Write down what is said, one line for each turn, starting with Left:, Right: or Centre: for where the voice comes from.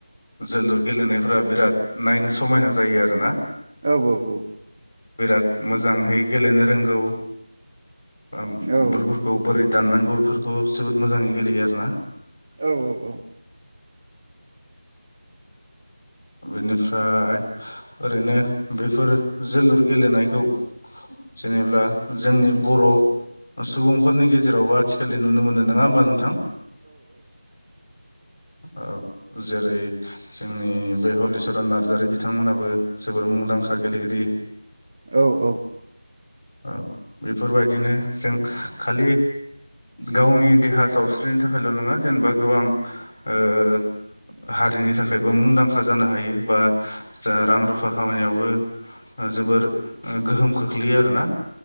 Left: जोलुर गेलेनायफोरा बिराद नायनो समायना जायो आरोना?
Right: औ औ औ
Left: बिराद मोजाङै गेलेनो रोंगौ। ओम
Right: औ
Left: बुलफोरखौ बोरै दाननांगौ बेफोरखौ जोबोद मोजाङै गेलेयो आरो ना।
Right: औ औ औ
Left: बेनिफ्राय ओरैनो बेफोर जोलुर गेलेनायखौ जेनेल्बा जोंनि बर' सुबुंफोरनि गेजेरावबो आथिखालनि नुनो मोनो नङा होमबा नोंथां। औ जेरै जोंनि बे हलिचरन नार्जारि बिथांमोनाबो जोबोर मुंदांखा गेलेगिरि
Right: औ
Left: औ बेफोरबायदि बिदिनो जों खालि गावनि देहा सावस्रिनि थाखायल' नङा जेनेबा गोबां ओ हारिनि थाखायबो मुंदांखा जानो हायो बा जा रां रुफा खामानियावबो जोबोर गोहोम खोख्लैयो आरोना